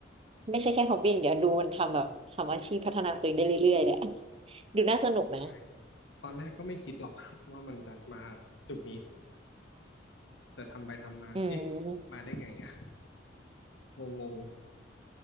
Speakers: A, on the right (about 30°); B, on the left (about 65°).
A: ไม่ใช่แค่ฮอบบี้อย่างเดี๋ยวดูมันทำแบบทำอาชีพพัฒนาตัวเองได้เรื่อยๆเนี่ยดูน่าสนุกนะ
B: ใช่ตอนแรกก็ไม่คิดหรอก <laughs> ว่ามันจะมาจุดนี้ แต่ทำไปทำมาเอ๊ะ
A: อืม
B: มาได้ไงอ่ะงงง